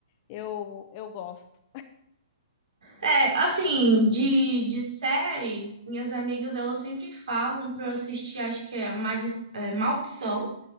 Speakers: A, on the left (about 35°); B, on the right (about 75°).
A: Eu, eu gosto.
B: É, assim, de, de série, minhas amigas elas sempre falam pra eu assistir, acho que é, Madi- é, Maldição